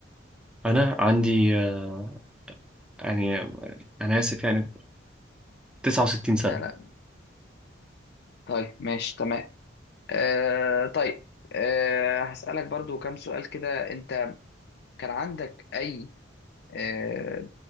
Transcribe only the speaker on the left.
لا لا طيب ماشي تمام آه طيب آه هسالك برضو كام سؤال كده انت كان عندك اي آه